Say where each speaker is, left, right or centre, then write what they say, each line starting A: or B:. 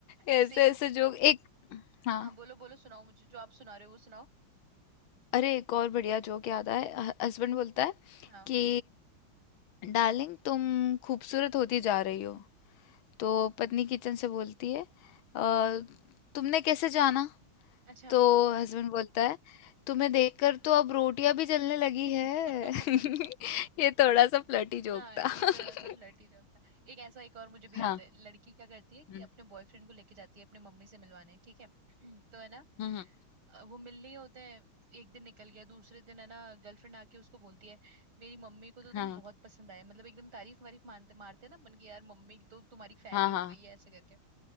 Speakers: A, on the right (about 75°); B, on the left (about 75°).
A: ऐसे
B: ऐसे
A: ही
B: ऐसे जोक एक हाँ
A: हाँ बोलो बोलो सुनाओ मुझे जो आप सुना रहे हो वो सुनाओ
B: अरे एक और बढ़िया जोक याद आया हस्बैंड बोलता है
A: हाँ
B: कि डार्लिंग तुम खूबसूरत होती जा रही हो तो पत्नी किचन से बोलती है "अ, तुमने कैसे जाना
A: अच्छा
B: तो हस्बैंड बोलता है तुम्हें देखकर तो अब रोटियां भी जलने लगी
A: <laughs>
B: है <laughs> ये थोड़ा सा फ्लर्टी
A: हाँ
B: जोक
A: ये
B: था <laughs>
A: थोड़ा सा फ्लर्टी जोक था एक ऐसा एक और मुझे भी याद
B: हाँ
A: है लड़की क्या करती है कि
B: हम्म,
A: अपने बॉयफ्रेंड को लेके जाती है अपने मम्मी से मिलवाने ठीक है <clears throat> तो है ना
B: हम्म,
A: अ, वो मिलने ही होते हैं एक दिन निकल गया दूसरे दिन है ना गर्लफ्रेंड आके उसको बोलती है मेरी मम्मी को तो तुम
B: हाँ
A: बहुत पसंद आए मतलब एकदम तारीफ वारीफ मानते मारते हैं ना बन के यार मम्मी तो तुम्हारी फैन
B: हाँ
A: ही हो
B: हाँ
A: गई है ऐसे करके